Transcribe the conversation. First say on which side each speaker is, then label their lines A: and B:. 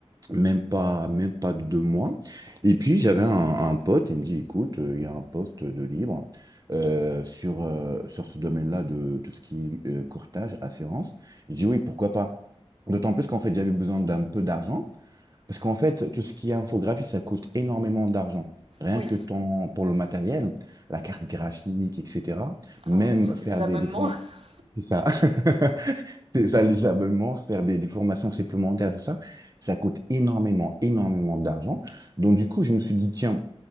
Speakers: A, on the right; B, on the right.
A: Même pas, même pas deux mois. Et puis j'avais un, un pote, il me dit, écoute, euh, il y a un poste de libre euh, sur, euh, sur ce domaine-là de tout ce qui est euh, courtage, assurance. Je dis oui, pourquoi pas? D'autant plus qu'en fait, j'avais besoin d'un peu d'argent, parce qu'en fait, tout ce qui est infographie, ça coûte énormément d'argent. Rien
B: Oui.
A: que ton, pour le matériel, la carte graphique, etc. Même
B: Ah ouais, tous
A: faire
B: les abonnements.
A: des, des formats.
B: <laughs>
A: C'est ça. <laughs> C'est ça, les abonnements, faire des, des formations supplémentaires, tout ça, ça coûte énormément, énormément d'argent. Donc, du coup, je me suis dit, tiens,